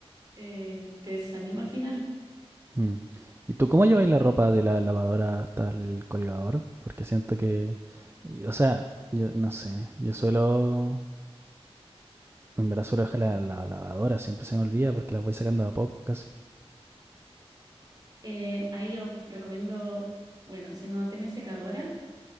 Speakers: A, on the right; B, on the right.
A: eh, que desanima al final.
B: Mm. ¿Y tú cómo lleváis la ropa de la lavadora hasta el colgador? Porque siento que, y- o sea, yo no sé, yo suelo, en verdad suelo dejar la, la lavadora, siempre se me olvida porque la voy sacando de a poco casi.
A: Eh, ahí yo recomiendo, bueno, si no tienes secadora,